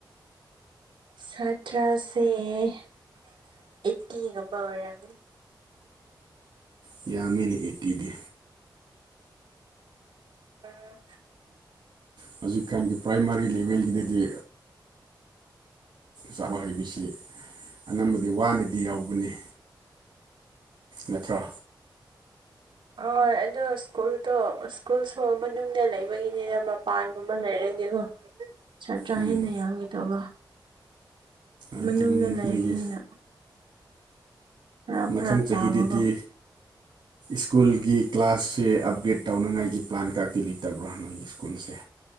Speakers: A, on the right; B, on the right.
A: ꯁꯥꯇ꯭ꯔꯁꯦ ꯑꯩꯠꯇꯤꯒꯨꯝꯕ ꯑꯣꯏꯔꯝꯅꯤ
B: ꯑꯣ ꯌꯥꯝꯃꯤꯅꯦ ꯑꯩꯠꯇꯤꯗꯤ
A: ꯑ
B: ꯍꯧꯖꯤꯛꯀꯥꯟꯒꯤ ꯄ꯭ꯔꯥꯏꯃꯥꯔꯤ ꯂꯦꯚꯦꯜꯒꯤꯗꯗꯤ ꯆꯥꯕ ꯍꯩꯕꯁꯤ ꯑꯅꯝꯕꯗꯤ ꯋꯥꯅꯗꯤ ꯌꯥꯎꯕꯅꯤ ꯅꯠꯇ꯭ꯔꯣ
A: ꯑꯣꯏ ꯑꯗꯣ ꯁ꯭ꯀꯨꯜꯗꯣ ꯁ꯭ꯀꯨꯜꯁꯨ ꯃꯅꯨꯡꯗ ꯂꯩꯕꯒꯤꯅꯤꯗ ꯃ ꯄꯥꯟꯒꯨꯝꯕ ꯂꯩꯔꯩꯅꯦꯀꯣ ꯁꯥꯇ꯭ꯔ
B: ꯎꯝ
A: ꯍꯦꯟꯅ ꯌꯥꯝꯒꯦ ꯇꯧꯕ
B: ꯑꯗꯨꯝ
A: ꯃꯅꯨꯡꯗ ꯂꯩꯕꯅꯤꯅ
B: ꯅꯣꯏꯒꯤ
A: ꯈꯔ
B: ꯃꯊꯪ
A: ꯐꯔꯛ
B: ꯆꯍꯤꯗꯗꯤ
A: ꯇꯥꯕꯀꯣ
B: ꯁ꯭ꯀꯨꯜꯒꯤ ꯀ꯭ꯂꯥꯁꯁꯦ ꯑꯞꯒ꯭ꯔꯦꯗ ꯇꯧꯅꯉꯥꯏꯒꯤ ꯄ꯭ꯂꯥꯟ ꯀꯇꯤ ꯂꯩꯇꯕ꯭ꯔꯣ ꯅꯣꯏꯒꯤ ꯁ꯭ꯀꯨꯜꯁꯦ